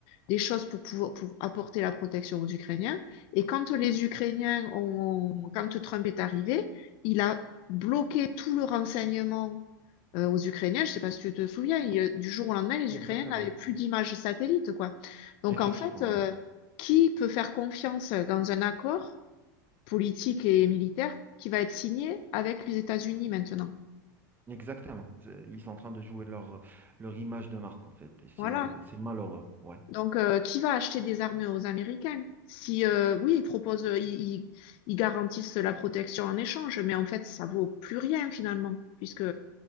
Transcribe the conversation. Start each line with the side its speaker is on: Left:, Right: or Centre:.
Left: des choses pour pouvoir pour apporter la protection aux Ukrainiens. Et quand les Ukrainiens ont, quand Trump est arrivé, il a bloqué tout le renseignement euh, aux Ukrainiens. Je sais pas si tu te souviens, il- du jour au lendemain, les
Right: Exactement.
Left: Ukrainiens n'avaient plus d'images satellites, quoi. Donc
Right: Effectivement,
Left: en fait, euh,
Right: oui.
Left: qui peut faire confiance dans un accord politique et militaire qui va être signé avec les États-Unis maintenant?
Right: Exactement. C'est- Ils sont en train de jouer leur, leur image de marque, en fait. Et c'est
Left: Voilà.
Right: euh, c'est malheureux, ouais.
Left: Donc, euh, qui va acheter des armes aux Américains? Si, euh, oui, ils proposent, euh, ils, ils- ils garantissent la protection en échange, mais en fait, ça vaut plus rien finalement, puisque,